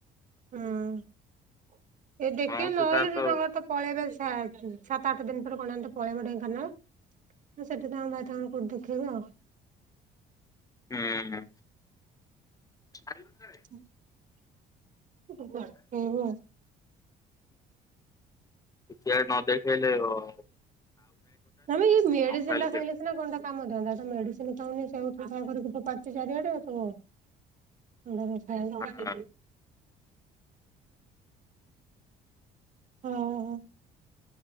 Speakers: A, on the right; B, on the left.
A: ହୁଁ। ଏଇଠି ଦେଖିବେ
B: ହଁ
A: ନହେଲେ
B: ତାର ତ
A: ସେ ତାଙ୍କର
B: ହୁଁ
A: ପଳେଇବେ ସାତ ସାତ ଆଠ ଦିନ ପରେ କଣ ଏମିତି ପଳେଇବେ ଢେଙ୍କାନାଳ। ସେଠି ତାଙ୍କ ଭାଇ ତାଙ୍କର କୋଉଠି ଦେଖେଇବେ ଆଉ
B: ହୁଁ। <unintelligible>
A: <unintelligible>
B: ସେଆଡ ନ ଦେଖେଇଲେ ହ
A: ନାଆମ ଇଏ ମେଡିସିନ
B: ନ
A: ଟା
B: କେମିତି
A: ଖାଇଲେ କଣ୍ଟା କାମ ଦିଆନ୍ତା ସେ ମେଡିସିନ ଖାଉନି ସେଉଠୁ ତାପରେ ସେଠୁ ଫୋପଡ଼ୁଚି ଚାରିଆଡେ ତ <unintelligible>
B: ହଁ
A: ହଁ।